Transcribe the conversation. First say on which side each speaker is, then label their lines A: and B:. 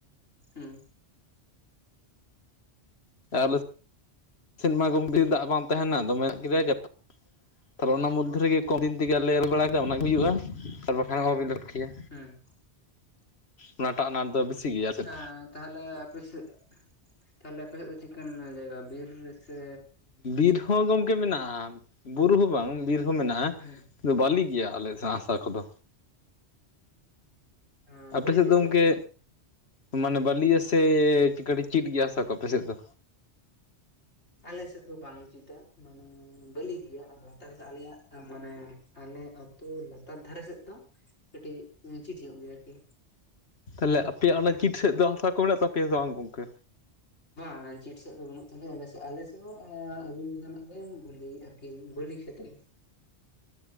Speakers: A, on the left (about 85°); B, on the left (about 70°).
A: ᱦᱩᱸ᱾
B: ᱟᱞᱮ ᱥᱮᱱ ᱢᱟ ᱜᱚᱢᱠᱮ ᱫᱟᱜ ᱦᱚᱸ ᱵᱟᱝ ᱛᱟᱦᱮᱱᱟ ᱫᱚᱢᱮ ᱫᱟᱜ ᱠᱮᱫᱟᱭ ᱡᱟᱯᱩᱫᱽᱼᱼᱼ ᱛᱟᱦᱞᱮ ᱚᱱᱟ ᱢᱚᱫᱽᱫᱷᱮ ᱨᱮᱜᱮ ᱠᱚ ᱫᱤᱱ ᱛᱮᱜᱮ ᱟᱞᱮ ᱮᱨ ᱵᱟᱲᱟᱭ ᱫᱟ ᱚᱱᱟᱜᱮ ᱦᱩᱭᱩᱜᱼᱟ ᱟᱨ ᱵᱟᱠᱷᱟᱱ ᱚᱦᱚ ᱵᱤᱱ ᱞᱚᱰ ᱠᱮᱭᱟ᱾
A: ᱦᱩᱸ
B: ᱚᱱᱟᱴᱟᱜ ᱟᱱᱟᱴ ᱫᱚ ᱵᱤᱥᱤ ᱜᱮᱭᱟ᱾ ᱪᱮᱫ
A: ᱦᱮᱸ ᱛᱟᱦᱞᱮ ᱟᱯᱮ ᱥᱮᱫ, ᱛᱟᱦᱞᱮ ᱟᱯᱮᱥᱮᱫ ᱫᱚ ᱪᱮᱜ ᱠᱟᱱ ᱡᱟᱭᱜᱟ ᱵᱤᱨ ᱥᱮᱼᱼ
B: ᱵᱤᱨ ᱦᱚᱸ ᱜᱚᱢᱠᱮ ᱢᱮᱱᱟᱜᱼᱟ᱾ ᱵᱩᱨᱩ ᱦᱚᱸ ᱵᱟᱝ ᱵᱤᱨ ᱦᱚᱸ ᱢᱮᱱᱟᱜᱼᱟ
A: ᱦᱩᱸ
B: ᱵᱟᱹᱞᱤ ᱜᱮᱭᱟ ᱟᱞᱮ ᱥᱟᱝ ᱦᱟᱥᱟ ᱠᱚᱫᱚ᱾
A: ᱦᱩᱸ
B: ᱟᱯᱮ
A: ᱵᱟᱹᱭ
B: ᱥᱮᱫ
A: ᱨᱮ
B: ᱫᱚ
A: ᱵᱟᱨ
B: ᱜᱚᱢᱠᱮᱼᱼ
A: ᱵᱤᱨ
B: ᱢᱟᱱᱮ ᱵᱟᱹᱞᱤᱭᱟ ᱥᱮ ᱪᱤᱠᱟᱹᱲ ᱪᱤᱴ ᱜᱮᱭᱟ ᱦᱟᱥᱟ ᱠᱚ ᱟᱯᱮᱥᱮᱫ ᱫᱚ?
A: ᱟᱞᱮᱥᱮᱫ ᱫᱚ ᱵᱟᱝ ᱪᱤᱴᱟ, ᱢᱟᱱᱮ ᱵᱟᱹᱞᱤ ᱜᱮᱭᱟ ᱟᱸ ᱞᱟᱛᱟᱨ ᱨᱮᱫᱚ ᱟᱞᱮᱭᱟᱜ ᱢᱟᱱᱮ ᱟᱞᱮ ᱫᱚᱼᱼ ᱛᱳ ᱞᱟᱛᱟᱨ ᱫᱷᱟᱨᱮ ᱥᱮᱫ ᱫᱚ ᱠᱟᱹᱴᱤᱡ ᱪᱤᱴ ᱧᱚᱜ ᱜᱮᱭᱟ ᱟᱨᱠᱤ᱾
B: ᱛᱟᱦᱞᱮ ᱟᱯᱮᱭᱟᱜ ᱚᱱᱟ ᱪᱤᱴ ᱥᱮᱫ ᱫᱚ ᱦᱟᱥᱟ ᱠᱚ ᱢᱮᱱᱟᱜ ᱛᱟᱯᱮᱭᱟ ᱥᱮ ᱵᱟᱝ ᱜᱚᱢᱠᱮ?
A: ᱵᱟᱝ ᱪᱤᱴ ᱥᱮᱫ ᱫᱚ ᱵᱟᱹᱱᱩᱜ ᱛᱟᱞᱮᱭᱟ ᱟᱞᱮᱥᱮᱫ, ᱟᱞᱮᱥᱮᱫ ᱦᱚᱸ ᱟᱹᱵᱤᱱ ᱞᱮᱠᱟᱱᱟᱜ ᱜᱮ ᱵᱟᱹᱞᱤ ᱟᱨᱠᱤ ᱵᱟᱹᱞᱤ ᱠᱷᱮᱛ ᱜᱮ᱾